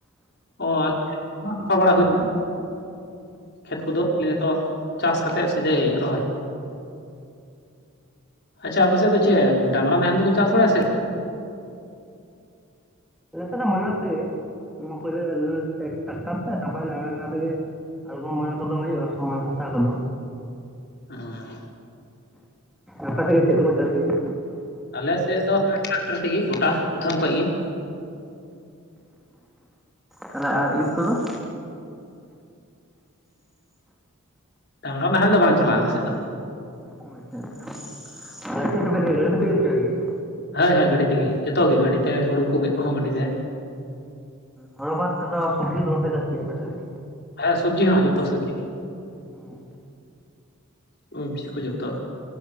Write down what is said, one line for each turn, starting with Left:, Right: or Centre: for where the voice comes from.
Left: ᱚ ᱟᱞᱮ <unintelligible> ᱥᱟᱯᱷᱟ ᱵᱟᱲᱟ ᱦᱩᱭ ᱮᱱᱟ᱾ ᱠᱷᱮᱛ ᱠᱚᱫᱚ ᱟᱞᱮ ᱛᱚᱜ ᱪᱟᱥ ᱠᱟᱛᱮᱜ ᱥᱤᱫᱷᱟᱹᱭ ᱨᱚᱦᱚᱭ᱾ ᱟᱪᱪᱷᱟ ᱟᱯᱮ ᱥᱮᱜ ᱫᱚ ᱪᱮᱜ ᱰᱟᱝᱨᱟ ᱱᱟᱦᱮᱞ ᱛᱮᱠᱚ ᱪᱟᱥ ᱵᱟᱲᱟᱭᱟ ᱥᱮᱼᱼ
Centre: ᱟᱞᱮ ᱥᱮᱜ ᱫᱚ ᱢᱟᱱᱟᱨ ᱛᱮᱜᱮ ᱩᱢ ᱯᱩᱭᱞᱟᱹ ᱞᱚᱻ ᱴᱮᱠᱴᱟᱠᱴᱟᱨ ᱛᱮ ᱛᱟᱨᱯᱚᱨ ᱱᱟᱦᱮᱞ‌ ᱠᱟᱲᱟ ᱛᱮᱜᱮ ᱼᱼ ᱟᱲᱜᱚᱢ ᱵᱟᱲᱟ ᱠᱚᱫᱚ ᱦᱩᱭᱩᱜ-ᱟ ᱥᱚᱢᱟᱱ ᱦᱟᱥᱟ ᱠᱚᱫᱚᱼᱼ
Left: ᱚᱸᱻ᱾
Centre: ᱟᱯᱮ ᱥᱮᱜ ᱜᱮ ᱪᱮᱫ ᱛᱮ ᱠᱚ ᱪᱟᱥ ᱜᱮᱭᱟ?
Left: ᱟᱞᱮ ᱥᱮᱜ ᱫᱚ ᱴᱨᱟᱠᱴᱟᱨ ᱛᱮᱜᱮ ᱜᱩᱴᱟ ᱯᱨᱚᱛᱷᱚᱢ ᱠᱷᱚᱡ ᱜᱤ᱾
Centre: ᱛᱟᱦᱚᱞᱮ ᱟᱨ ᱤᱨ ᱠᱚᱫᱚ?
Left: ᱰᱟᱝᱨᱟ ᱱᱟᱦᱮᱞ ᱫᱚ ᱵᱟᱝ ᱪᱟᱞᱟᱜᱼᱟ ᱟᱞᱮᱥᱮᱫ ᱫᱚ
Centre: ᱟᱪᱪᱷᱟ ᱟᱪᱪᱷᱟ ᱟᱞᱮ ‌ᱥᱮᱜ ᱫᱚ <unintelligible> <unintelligible> <unintelligible> ᱜᱮᱭᱟ ᱾
Left: ᱦᱚᱭ ᱦᱚᱭ ᱦᱮᱸ ᱜᱟᱹᱰᱤ ᱛᱮᱜᱮ ᱡᱚᱛᱚ ᱜᱮ ᱜᱟᱹᱰᱤ ᱛᱮ ᱦᱩᱲᱩ ᱠᱚ ᱜᱮᱜ ᱠᱩᱦᱚᱸ ᱜᱟᱹᱰᱤ ᱛᱮ᱾
Centre: ᱦᱚᱲᱚ ᱵᱟᱫᱽ ᱛᱮᱫᱚ ᱥᱚᱵᱽᱡᱤ ᱫᱚ ᱵᱟᱯᱮ ᱫᱟᱥ ᱜᱮᱭᱟ ᱟᱯᱮ ᱥᱮᱫ ᱫᱚ?
Left: ᱦᱮᱸ ᱥᱚᱵᱽᱡᱤ ᱦᱚᱸ ᱡᱚᱛᱚ ᱥᱚᱵᱽᱡᱤᱼᱼ
Centre: ᱚᱸᱻ
Left: <unintelligible> ᱠᱚ ᱡᱚᱛᱚ